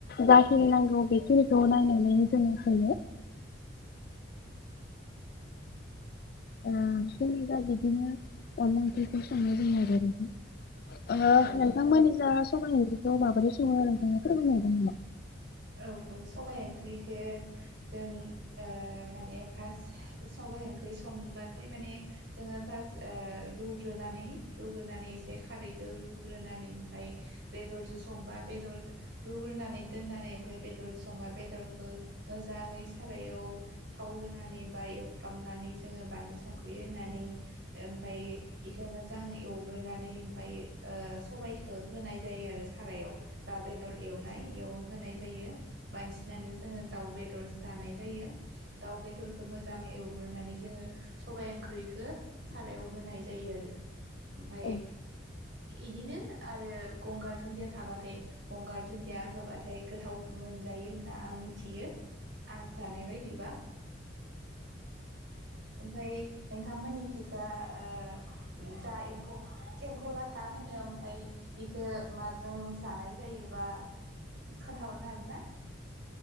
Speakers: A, on the left (about 50°); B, on the right (about 65°).
A: जाखिनि नांगौ बेखिनिखौ नायनानै जोङो सङो ओ जोंनि जा बिदिनो अनला ओंख्रिखौ सङो। संनाय जायो आरो बेखौ ओ
B: औ
A: नोंथांमोनि जा सबाइ ओंख्रिखौ माबोरै सङो नोंथाङा फोरमायनो हागोन नामा?
B: औ सबाय ओंख्रिखौ जों माने पास्ट सबाइ ओंख्रि संबाथाय माने जोङो पास्ट रुग्रोनानै रुग्रोनानै एसे खारैदो रुग्रोनानै ओमफाय बेदरजों संबा बेदर रुग्रोनानै दोननानै ओम फाय बेदरजो संबा बेदरखो मोजाङै सारायाव थाव होनानै बा एवफ्रामनानै जोङो बानलु संख्रि होनानै ओमफाय बेखौ मोजां एवग्रोनानै ओमफ्राय ओ सबाइखौ होनाय जायो आरो सारायाव जा बेदर एवनाय एयाव होनाय जायो बांसिनानो जोङो दाउ बेदरजो जानाय जायो। दाउ बेदरखौ मोजां एव गोरनानै जोङो सबाय ओंख्रिखो सारायाव होनाय जायो आरो ओमफाय
A: औ
B: इदिनो आरो गंगार दुन्दिया थाबाथाय गंगार दुन्दिया होबाथाय गोथाव मोनजायो होनना आं मिथियो। आं जानाय बायदिबा ओमफाय नोंथांमोननिखिजा ओ जा एमफौ एम्फौ लाथा होनो ओमफाय इखो माजों जानाय जायोबा खोनथाहरनो हागोन ना?